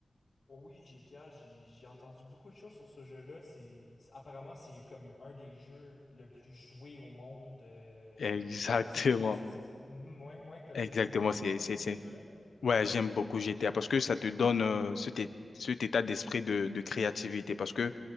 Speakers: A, on the left; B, on the left.
A: Oui, GTA, j'ai, j'ai entendu beaucoup de choses sur ce jeu-là. C'est, c'est- apparemment, c'est comme un des jeux le plus joué au monde. euh,
B: Exactement.
A: puis ça, s- ah, ça, se- Mhm, ouais, ouais, comme
B: Exactement,
A: tu joues beaucoup, à-
B: c'est
A: t'a- t'aimes
B: c'est-
A: beaucoup
B: c'est-
A: ce jeu-là?
B: Ouais, j'aime beaucoup GTA parce que ça te donne euh, cet, é- cet état d'esprit de, de créativité. Parce que